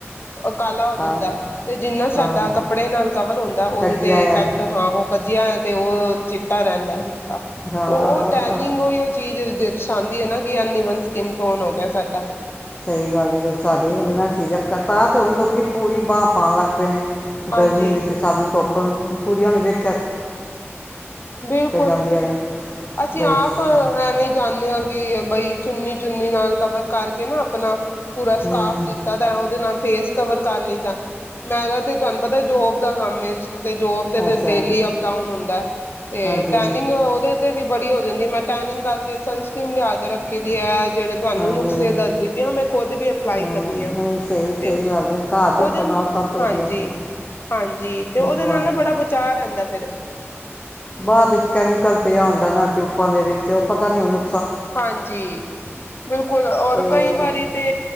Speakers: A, on the left (about 50°); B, on the left (about 25°).
A: ਕਾਲਾ ਹੋ ਜਾਂਦਾ
B: ਕਾ
A: ਤੇ ਜਿੰਨਾ ਸਾਡਾ
B: ਹਾਂ
A: ਕੱਪੜੇ ਨਾਲ ਦਾ ਉਹਦੇ
B: ਕੱਜਿਆ
A: ਤੇ
B: ਆ
A: ਇਫੈਕਟ ਹਾਂ ਉਹ ਕੱਜਿਆ ਹੈ ਤੇ ਉਹ ਚਿੱਟਾ ਰਹਿੰਦਾ ਹੈ
B: ਹਾਂ
A: ਤੇ ਉਹ ਟੈਨਿੰਗ
B: ਤਾਂ
A: ਹੀ ਉਹ ਚੀਜ਼ ਦਰਸ ਦਿਖਾਂਦੀ ਹੈ ਨਾ ਕਿ ਅਨਈਵਨ ਸਕਿਨ ਟੋਨ ਹੋ ਗਿਆ ਸਾਡਾ
B: ਸਹੀ ਗੱਲ ਹੈ ਸਾਡੇ
A: ਹਾਂ
B: ਇਨਾ ਚੀਜ਼ਾ, ਤਾਂ ਤੇ ਹੂਣ ਲੋਕੀ ਉਹੀ ਬਾਂ ਪਾਉਣ ਲੱਗ ਨੇ
A: ਹਾਂਜੀ
B: ਗਰਮੀ ਵਿੱਚ ਸਾਨੂੰ ਤੋਪਣ ਕੁੜੀਆਂ ਨੂੰ ਵੇਖ
A: ਬਿਲਕੁਲ
B: ਜਾਂਦੀਆਂ ਨੇ
A: ਅਸੀਂ
B: ਬਈ
A: ਆਪ
B: ਸ-
A: ਐਵੇਂ ਜਾਂਦੇ ਹਾਂ ਕਿ ਬਈ ਚੁੰਨੀ ਚੁੰਨੀ ਨਾਲ ਕਵਰ ਕਰਕੇ ਨਾ ਆਪਣਾ ਪੂਰਾ ਸਕਾਫ
B: ਹੂੰ
A: ਲਿੱਤਾ ਤਾਂ ਉਹਦੇ ਨਾਲ ਫੇਸ ਕਵਰ ਕਰ ਲਈਦਾ, ਮੇਰਾ ਤੇ ਤੁਹਾਨੂੰ ਪਤਾ ਜੋਬ ਦਾ ਕੰਮ ਤੇ ਜੋਬ ਤੇ ਤੇ
B: ਅੱਛਾ
A: ਡੇਲੀ ਟੋਨ ਹੁੰਦਾ ਤੇ
B: ਹਾਂਜੀ
A: ਟੈਨਿੰਗ ਉਹਦੇ ਤੇ ਵੀ ਬੜੀ ਹੋ ਜਾਂਦੀ ਮੈਂ ਟੈਨਿੰਗ ਕਰਕੇ ਸਨਸਕ੍ਰੀਨ ਲਿਆ ਕੇ ਰੱਖੀ ਦੀ ਹੈ ਜਿਹੜੇ ਤੁਹਾਨੂੰ
B: ਹਾਂਜੀ
A: ਨੁਕਸੇ ਦੱਸਦੀ ਪਈ ਮੈਂ ਖੁਦ ਵੀ ਅਪਲਾਈ
B: ਹਾਂ,
A: ਕਰਨੀ ਆ
B: ਨਹੀਂ ਸਹੀ
A: ਤੇ
B: ਸਹੀ ਗੱਲ ਹੈ ਘਰ ਦੇ
A: ਉਹਦੇ
B: ਪਨਾਹ ਸਭ ਤੋਂ
A: ਹਾਂਜੀ
B: ਵਧੀਆ ਹੈ।
A: ਹਾਂਜੀ ਤੇ ਉਹਦੇ
B: ਵਾਹ
A: ਨਾਲ ਨਾ ਬੜਾ ਬਚਾਅ ਰਹਿੰਦਾ ਫਿਰ
B: ਬਾਅਦ ਵਿੱਚ ਕੈਮੀਕਲ ਪਿਆ ਹੁੰਦਾ ਨਾ ਟਿਊਬਾਂ ਦੇ ਵਿੱਚ ਉਹ ਪਤਾ ਨੀ ਉਹਨੂੰ
A: ਹਾਂਜੀ ਬਿਲਕੁਲ ਔਰ
B: ਤੇ
A: ਕਈ ਵਾਰੀ ਤੇ